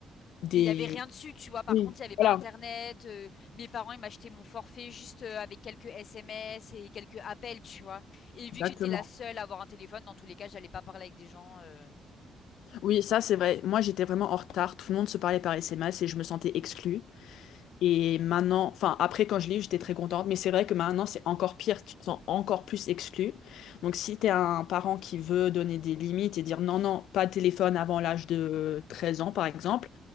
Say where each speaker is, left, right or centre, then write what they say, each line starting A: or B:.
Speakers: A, on the left (about 80°); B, on the left (about 55°).
A: des...
B: Mais il y avait rien dessus, tu vois. Par
A: Oui.
B: contre, il y avait pas
A: Voilà,
B: internet. euh, mes parents, ils m'achetaient mon forfait juste euh, avec quelques SMS et quelques appels, tu vois. Et vu
A: exactement.
B: que j'étais la seule à avoir un téléphone, dans tous les cas, j'allais pas parler avec des gens. euh,
A: Oui, ça, c'est vrai. Moi, j'étais vraiment en retard. Tout le monde se parlait par SMS et je me sentais exclue. Et maintenant, enfin, après, quand je l'ai eu, j'étais très contente, mais c'est vrai que maintenant, c'est encore pire, tu te sens encore plus exclu. Donc, si tu es un parent qui veut donner des limites et dire non, non, pas de téléphone avant l'âge de 13 ans, par exemple,